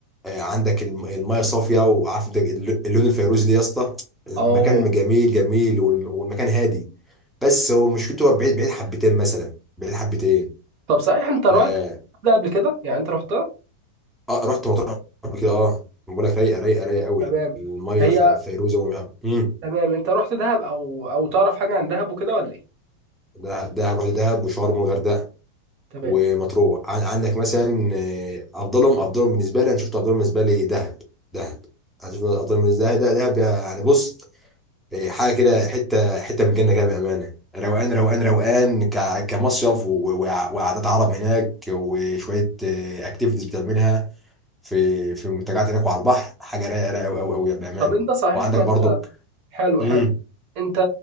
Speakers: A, in the centre; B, on the right.
A: آه، عندك الم- الميه صافيه وعارف انت الل- اللون الفيروزي ده يا اسطى المكان
B: اه
A: جميل جميل والم- والمكان هادي بس هو مشكلته هو بعيد بعيد حبتين مثلا بعيد حبتين
B: طب صحيح انت رحت
A: اه,
B: ده قبل كده يعني انت رحتها
A: آه رحت مطروح قبل كده اه بقول لك رايقه رايقه رايقه قوي
B: تمام
A: الميه
B: هي
A: في- فيروزه ومش امم
B: تمام انت رحت دهب او او تعرف حاجه عن دهب وكده ولا ايه
A: دهب دهب رحت دهب وشرم والغردقه
B: تمام
A: ومطروح عن- عندك مثلا آه، افضلهم افضلهم بالنسبه لي انا شفت افضلهم بالنسبه لي دهب دهب انا شفت افضلهم بالنسبه لي دهب دهب يعني بص إيه، حاجه كده حته حته من الجنه كده بامانه روقان روقان روقان ك- كمصيف و- و- وقعدات عرب هناك وشويه اكتيفيتيز بتعملها في في منتجعات هناك وعلى البحر حاجه رايقه رايقه قوي قوي قوي بامانه
B: طب انت صحيح
A: وعندك
B: ما
A: برضك
B: حلو
A: امم
B: حلو انت